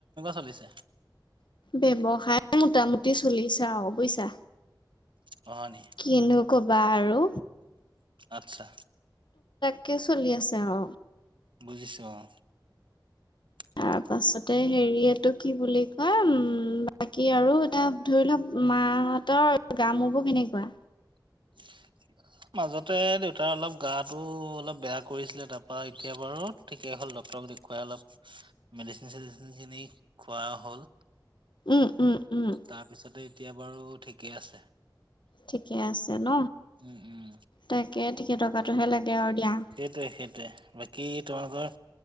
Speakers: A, on the right (about 80°); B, on the left (about 70°).
A: চলিছে
B: ব্যবসায় মোটামুটি চলিছে আও বুইছা
A: অ হয় নি
B: কিনো কবি বাৰু।
A: আচ্ছা।
B: একে চলি আছে আৰু।
A: বুজিচো অ। <unintelligible>
B: তাৰ পাছতে হেৰিয়টো কি বুলি কয় উম বাকী আৰু এটা ধৰি লোৱা মা। তাহতৰ গা মবোৰ কেনেকুৱা?
A: <unintelligible> মাজতে দেউতাৰ অলপ গাটো অলপ বেয়া কৰিছিলে তাৰপা এতিয়া বাৰু ঠিকেই হ'ল ডটৰক দেখোৱা। খুৱাই অলপ মেডিচিন চেডিচিনখিনি খোৱা হ'ল।
B: উম উম উম
A: তাৰপিছতে এতিয়া বাৰু ঠিকেই আছে।
B: ঠিকে আছে। ন
A: উম, উম,
B: তাকে থিকে টকাটোহে লাগে আৰু দিয়া।
A: সেইটোৱে সেইটোৱে বাকী তোমালোকৰ